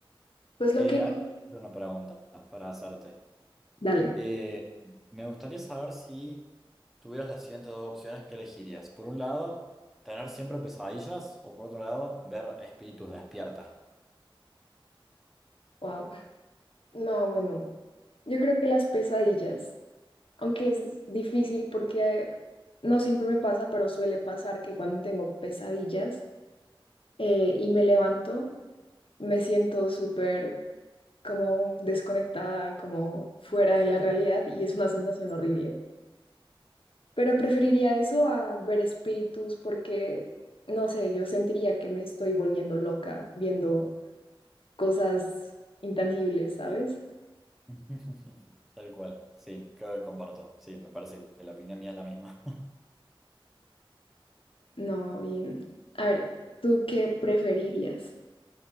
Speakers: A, on the left (about 70°); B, in the centre.
A: Pues lo
B: Eh,
A: que...
B: hay una pregunta para hacerte.
A: Dale,
B: Eh, me gustaría saber si tuvieras las siguientes dos opciones, ¿qué elegirías? Por un lado, tener siempre pesadillas o por otro lado, ver espíritus despierta.
A: wow. No, bueno, yo creo que las pesadillas. Aunque es difícil porque no siempre me pasa, pero suele pasar que cuando tengo pesadillas eh, y me levanto, me siento súper como desconectada, como fuera de la realidad y es una sensación horrible. Pero preferiría eso a ver espíritus porque, no sé, yo sentiría que me estoy volviendo loca viendo cosas intangibles, ¿sabes?
B: <laughs> Tal cual, sí, creo que comparto. Sí, me parece que la opinión mía es la misma.
A: No, bien. A ver, ¿tú qué preferirías?